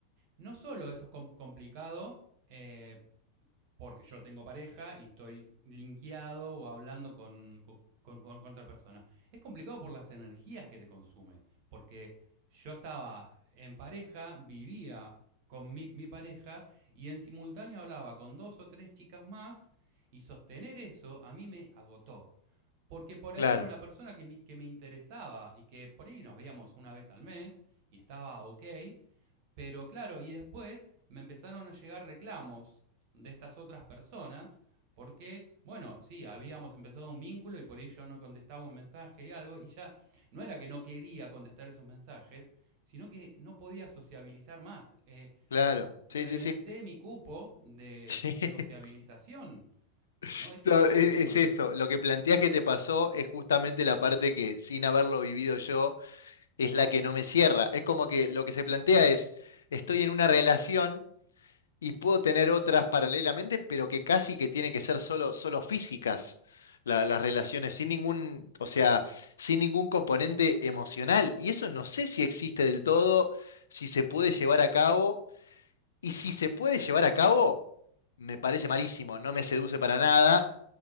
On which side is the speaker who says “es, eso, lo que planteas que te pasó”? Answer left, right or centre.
Left